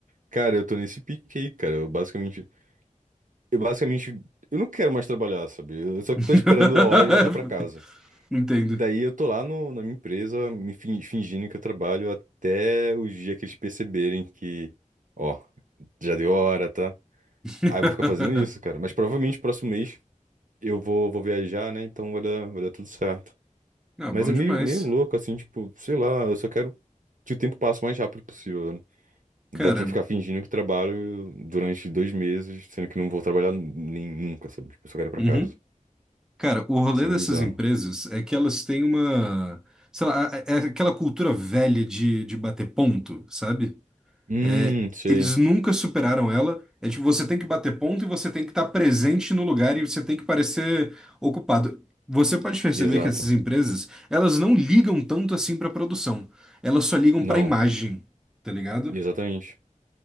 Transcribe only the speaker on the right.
Cara, eu tô nesse pique aí, cara. Eu basicamente. Eu basicamente. Eu não quero mais trabalhar, sabe? Eu só tô
esperando a hora de voltar pra casa.
Daí eu tô lá no- na minha empresa, me fin- fingindo que eu trabalho até o dia que eles perceberem que, ó, já deu hora, tá?
Aí eu vou ficar fazendo isso, cara. Mas provavelmente próximo mês eu vou, vou viajar, né? Então vai dar, vai dar tudo certo.
Mas
é meio,
meio louco, assim, tipo, sei lá, eu só quero que o tempo passe o mais rápido possível, né? Ainda
tem que ficar fingindo que trabalho durante dois meses, sendo que não vou trabalhar nem nunca, sabe? Tipo, eu só quero ir pra
casa.
Isso é meio
bizarro.
Hum,
sei.
Exato.
Não,
exatamente.